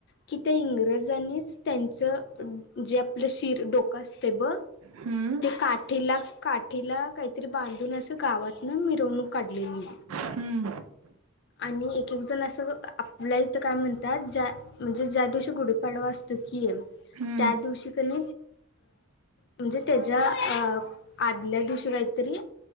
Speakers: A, on the left; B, on the right.
A: कि त्या इंग्रजांनीच त्यांचं जे आपलं शिर डोकं असते बघ
B: हम्म
A: ते काठीला काठीला काहीतरी बांधून असं गावात मी मिरवणुक काढलेलीे.
B: हम्म
A: आणि एक एक जण असं आपल्या इथं काय म्हणतात ज्या म्हणजे ज्या दिवशी गुढीपाडवा असतो.
B: हम्म
A: त्या दिवशी अन. म्हणजे त्याच्या अ आदल्या दिवशी काहीतरी